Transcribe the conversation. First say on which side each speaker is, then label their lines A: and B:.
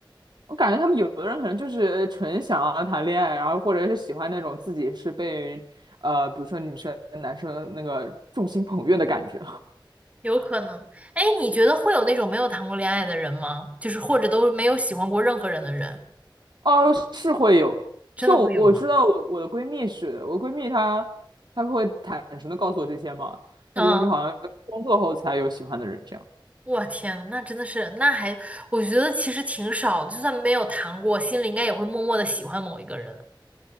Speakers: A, on the right (about 60°); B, on the right (about 15°).
A: 我感觉他们有的人可能就是纯想要谈恋爱，然后或者是喜欢那种自己是被呃比如说女生男生那个众星捧月的感觉。
B: 有可能。哎，你觉得会有那种没有谈过恋爱的人吗？就是或者都没有喜欢过任何人的人，
A: 哦，是会有。
B: 真的会有吗？
A: 像我我知道我我的闺蜜是的，我闺蜜她她会坦诚的告诉我这些嘛，
B: 嗯，
A: 她就是好像工作后才有喜欢的人这样。
B: 我天呐那真的是，那还，我觉得其实挺少，就算没有谈过，心里应该也会默默的喜欢某一个人。